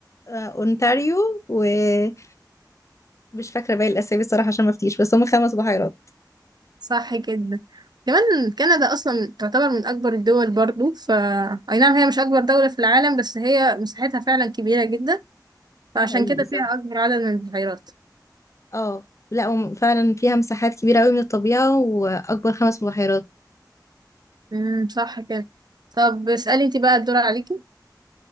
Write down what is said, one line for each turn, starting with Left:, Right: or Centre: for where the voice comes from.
Left: آه، اونتاريو ومش فاكره باقي الاسامي الصراحه عشان ما افتيش بس هم خمس بحيرات
Right: صح جدا كمان كندا اصلا تعتبر من اكبر الدول برضو ف اي نعم هي مش اكبر دولة في العالم بس هي مساحتها فعلا كبيرة جدا فعشان
Left: ده حقيقي
Right: كده
Left: صح
Right: فيها اكبر عدد من البحيرات
Left: اه لا هم فعلا فيها مساحات كبيره قوي من الطبيعه واكبر خمس بحيرات
Right: امم صح كده طب اسألي انت بقى الدور عليكي